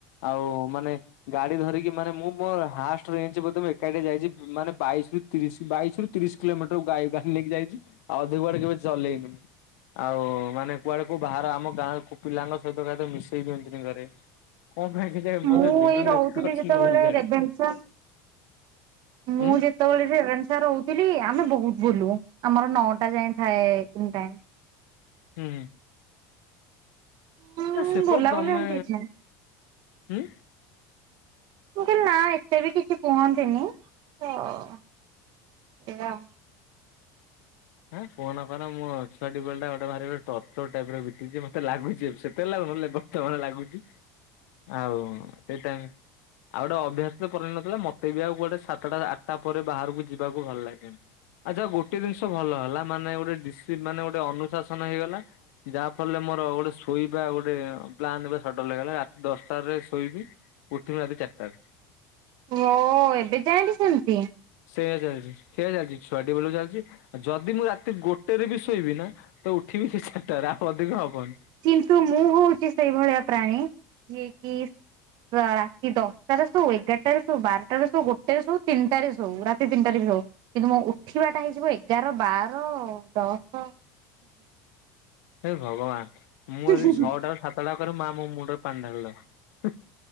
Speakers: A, on the left; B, on the right.
A: ଆଉ ମାନେ ଗାଡି ଧରିକି ମାନେ ମୁଁ ହାଷ୍ଟ୍ରରେଞ୍ଚ ଏକାଟିଆ ଯାଇଛି ମାନେ ବାଇସି ତିରିଶ ବାଇଶ ରୁ ତିରିଶ କିଲୋମିଟର ଗାଈ ଗାଡ଼ି ନେଇକି ଯାଇଛି ଆଉ ଅଧିକ କେବେ ଚଲେଇନି। ଆଉ ମାନେ କୁଆଡେ କ ବାହ ଆମ ଗାଁ ପିଲାଙ୍କ ସହିତହିତ ମିଶେଇ ଦିଅନ୍ତିନି ଘରେ। କଁ ପାଇଁ କେଜାଣି ମତେ
B: ମୁଁ
A: ଜୁଲୁଲୁ
B: ଏଇ ରହୁଥିଲି
A: ଏତେ କରିଛନ୍ତି
B: ଯେତେବେଳେ
A: ମୁଁ ବି ଜାଣିନି।
B: ରେଭେନ୍ସା ମୁଁ
A: ହୁଁ
B: ଯେ ଯେତେବେଳ ରେଭେନ୍ସା ରହୁଥିଲି ଆମେ ବହୁତ ବୁଲୁ ଆମର ନଅଟା ଯାଏ ଥାଏ ଇନ୍ ଟାଇମ୍
A: ହୁଁ।
B: ହୁଁ
A: ନା ସେପଟ
B: ବୁଲାବୁଲି
A: ଗମେ
B: ଏମିତି କିଛି ନାହିଁ
A: ହୁଁ
B: ମୁ କହିଲି ନା ଏତେ ବି କିଛି କୁହନ୍ତିନି ତ ସେଇଆ ଆଉ।
A: ହଁ କୁହନା କୁହନା ମୋ ଛୁଆଟି ବେଳ ଟା ଗୋଟେ ଭାରି ଟର୍ଚର ଟାଇପ ର ବିତିଛି ମତେ ଲାଗୁଛି ସେତେବେଳ ଲାଗୁନଥିଲା ଏବେ ତମର ଲାଗୁଛି ଆଉ ସେଇ ଟାଇମ୍। ଆଉ ଗୋଟେ ଅଭ୍ୟାସ ତ ପରିଣତ ନଥିଲା ମତେ ବି ଆଉ ଗୋଟେ ସାତଟା ଆଠଟା ପରେ ବାହାରକୁ ଯିବାକୁ ଭଲ ଲାଗେନି। ଆଯା ଗୋଟେ ଜିନିଷ ଭଲ ହେଲା ମାନେ ଡିଶି ମାନେ ଗୋଟେ ଅନୁଶାସନ ହେଇଗଲା। ଯାହାଫରେ ମୋର ଗୋଟେ ଶୋଇବା ଗୋଟେ ପ୍ଲାନ୍ ସଟଲ ହେଇଗଲା ରାତି ଦଶଟାରେ ଶୋଇବି। ଉଠିବି ରାତି ଚାରିଟା।
B: ମୋ ଏବେ ଯାଏ ବି ସେମିତି
A: ସେଇଆ ଚାଲିଛି ସେଇଆ ଚାଲିଛି ଛୁଆଟି ବେଳରୁ ଚାଲିଛି ଯଦି ମୁଁ ରାତି ଗୋଟେରେ ବି ଶୋଇବି ନା ତ ଉଠିବି ସେ ଚାରିଟାରେ ଆଉ ଅଧିକ ହବନି।
B: କିନ୍ତୁ ମୁଁ ହଉଛି ସେଇଭଳିଆ ପ୍ରାଣୀ ଯିଏ କିି? ରାତି ଦଶଟାରେ ଶୋ ଏଗାରଟାରେ ଶୋ ବାରଟାରେ ଶୋ ଗୋଟେ ଶୋ ତିନିଟାରେ ଶୋ ରାତି ତିନିଟାରେ ବି ଶୋଉ। କିନ୍ତୁ ମୁ ଉଠିବାଟା ହେଇଯିବ ଏଗାର ବାର ଦଶ
A: ହେ ଭଗବାନ ମୁଁ
B: ହଁ
A: ଯଦି ଛଅଟା ରୁ ସାତଟା କରି ମା ମୋ ମୁଣ୍ଡରେ ପାଣି ଢାଳିଦବ।